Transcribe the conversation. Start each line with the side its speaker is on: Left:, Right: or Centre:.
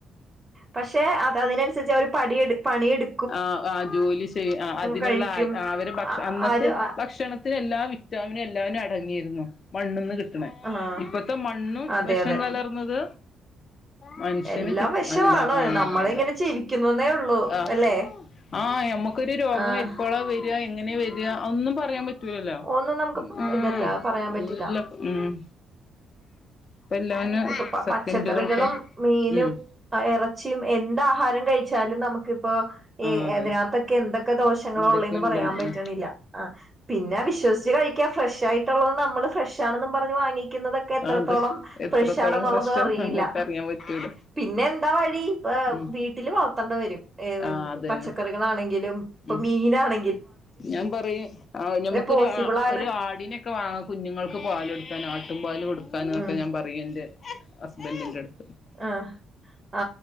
Right: പക്ഷെ ദതിനനുസരിച്ച് അവര് പടിയെട് പണിയെട്
Left: ആ ആ ജോലി ചെയ്യും അ അതിനുള്ളഅര്
Right: കഴിക്കും
Left: അ അവരെ ഭക്ഷ
Right: ആ
Left: അന്നത്തെ
Right: ആര് ആ
Left: ഭക്ഷണത്തിന് എല്ലാ വിറ്റാമിന് എല്ലാനും അടങ്ങിയിര് തിന്നോ മണ്ണ്ന്ന് കിട്ടണ
Right: ആഹ്
Left: ഇപ്പത്തെ മണ്ണും
Right: അതെ
Left: വിഷം
Right: അതെ
Left: കലർന്നത് മനുഷ്യന്
Right: എല്ലാം
Left: കിട്ട
Right: വെഷമാണ്
Left: അല്ല ആ
Right: നമ്മള
Left: അതെ
Right: ഇങ്ങനെ ചിരിക്കുന്നുന്നേ ഉള്ളൂ
Left: ആ
Right: അല്ലേ
Left: ആ നമുക്കൊരു രോഗം
Right: ആഹ്
Left: എപ്പോഴാ വര്അ എങ്ങനെ വര്അ ഒന്നും പറയാൻ പറ്റ് റ്റുഏല
Right: ഒന്നും നമുക്ക്
Left: ആഹ്
Right: ഇതല്ല പറയാൻ പറ്റില്ല
Left: ല്ല ഉം ഇപ്പ എല്ലാനും
Right: ഇപ്പൊ പ
Left: സെക്കൻഡുകൾക്ക്
Right: പച്ചക്കറികളും മീനും
Left: ഉം
Right: എറച്ചിയും എന്ത ആഹാരം കഴിച്ചാലും നമുക്ക് പൊ ഇ
Left: ആ അതെ
Right: എതിനകത്തൊക്കെ എന്തൊക് കെ ദോഷങ്ങളോള്ളേന്ന്
Left: എന്തൊക്കെയുണ്ട്
Right: പറയാൻ പറ്റണില്ല അ പിന്നെ വിശ്വസിച്ച് കഴിക്കാ ഫ്രഷ് ആയിട്ടുള്ളത് നമ്മള് ഫ്രഷ് ആണെന്നും പറഞ്ഞ് വാങ്ങിക്കുന്നതൊക്കെ എത്രത്തോളം
Left: അത് എത്രത്തോളം
Right: വെശാണെന്നുള്ളത്
Left: പ്രശ്നം
Right: അറിയെല്ല
Left: നമുക്കറിയാൻ പറ്റൂല
Right: പിന്നെ എന്താ വഴി വെ
Left: ഉം
Right: വീട്ടിൽ പന്തവരും ഏത്
Left: ആഹ് അതന്നെ
Right: പച്ചക്കറികളാണെങ്കിലും ഇപ്പ
Left: ഉം
Right: മീനാണ്
Left: ഞാൻ പറയും ആഹ് ഞമ്മുക്കൊരു
Right: പോസിബിൾ ആണ്
Left: ഒരു ആടിനൊക്കെ വാങ്ങ കുഞ്ഞുങ്ങൾക്ക് പാലുകൊടുക്കാൻ ആട്ടും പാാലും കൊടുക ആക്കാനൊക്കെ
Right: ഉം
Left: ഞൻ പറയിണ്ട് ഹസ്ബൻറ്റിറ്റടുത്ത്
Right: ആ ആ